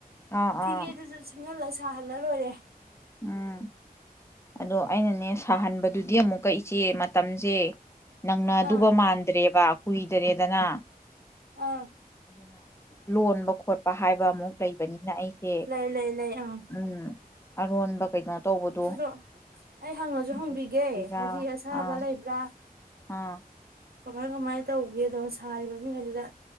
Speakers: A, on the left (about 15°); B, on the right (about 80°).
A: ꯑꯥ ꯑꯥ
B: ꯐꯤꯒꯦꯗꯨꯁꯨ ꯁꯤꯡꯍꯜꯂ ꯁꯥꯍꯜꯂ ꯂꯣꯏꯔꯦ꯫
A: ꯎꯝ ꯑꯗꯣ ꯑꯩꯅꯅꯦ ꯁ ꯊꯍꯟꯕꯗꯨꯗꯤ ꯑꯃꯨꯛꯀ ꯏꯆꯦ ꯃꯇꯝꯁꯦ ꯅꯪꯅꯗꯨꯕ
B: ꯑꯥ
A: ꯃꯥꯟꯗ꯭ꯔꯦꯕ꯫ ꯀꯨꯏꯗꯔꯦꯗꯅ꯫
B: ꯑꯥ꯫
A: ꯂꯣꯟꯕ ꯈꯣꯠ ꯍꯥꯏꯕ ꯑꯃꯨꯛ ꯂꯩꯕꯅꯤꯅ ꯑꯩꯁꯦ
B: ꯂꯩ ꯂꯩ ꯂꯩ ꯑꯪ
A: ꯎꯝ꯫ ꯑꯔꯣꯟꯕ ꯀꯩꯅꯣ ꯇꯧꯕꯗꯣ
B: ꯑꯗꯣ ꯑꯩ ꯍꯪꯉꯁꯨ
A: ꯌꯦꯡꯁꯤꯔꯥ
B: ꯍꯪꯕꯤꯒꯦ ꯍꯥꯏꯗꯤ ꯑꯁꯥꯕ
A: ꯑꯥ
B: ꯂꯩꯕ꯭ꯔꯥ
A: ꯑꯥ
B: ꯀꯃꯥꯏ ꯀꯃꯥꯏꯅ ꯇꯧꯒꯦꯗꯅꯣ ꯁꯥꯔꯤꯕ ꯃꯤꯈꯩꯗꯨꯗ